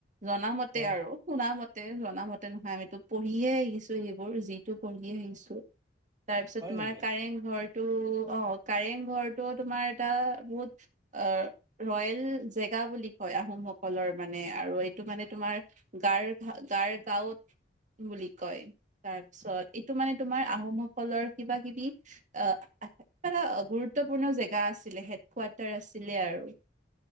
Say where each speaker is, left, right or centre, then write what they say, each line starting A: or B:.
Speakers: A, on the right; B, on the right.
A: জনা মতে
B: অ
A: আৰু শুনা মতে তে জনা মতে নহয়, আমিতো পঢ়িহে আহিছো সেইবোৰ যিটো পঢ়ি আহিছো। তাৰ পিছত
B: হয়
A: তোমাৰ
B: নেকি?
A: কাৰেং ঘৰটো অ', কাৰেং ঘৰটো তোমাৰ এটা বহুত অ ৰয়েল জেগা বুলি কয়, আহোমসকলৰ মানে আৰু এইটো মানে তোমাৰ গাৰ গাৰগাঁৱত বুলি কয়, তাৰপিছত এইটো মানে তোমাৰ আহোমসকলৰ কিবা কিবি আ কিবা এটা গুৰুত্বপূৰ্ণ জেগা আছিলে, হেড কোৱাৰ্টাৰ আছিলে আৰু।